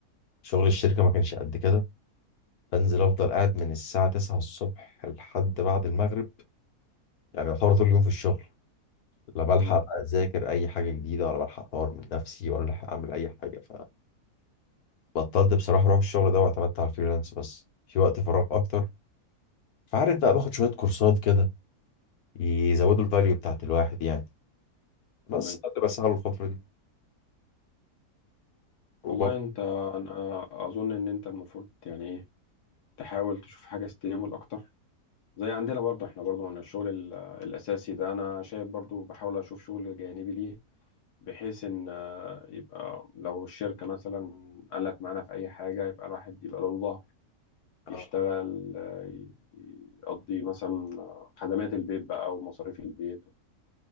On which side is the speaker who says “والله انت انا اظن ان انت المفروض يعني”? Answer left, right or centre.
Left